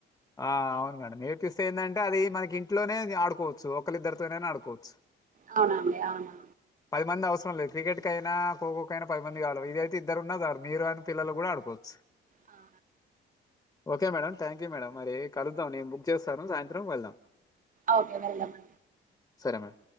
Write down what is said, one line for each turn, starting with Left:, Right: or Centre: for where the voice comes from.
Left: ఆ అవును మేడం ఇగ ట్విస్ట్ ఏందంటే అది మనకి ఇంట్లోనే అది ఆడుకోవచ్చు ఒకలిద్దరితోనైనా ఆడుకోచ్చు
Right: అవునండి అవును
Left: పది మంది అవసరం లేదు క్రికెట్కైనా ఖోఖోకైనా పది మంది కావలి ఇదైతే ఇద్దరు ఉన్న చాలు మీరు అన్ పిల్లలు కూడా ఆడుకోవచ్చు
Right: ఆ
Left: okay madam thank you madam మరి కలుద్దాం నేను బుక్ చేస్తాను సాయంత్రం వెళ్దాం
Right: ఓకే వెల్దామ్
Left: సరే మేడం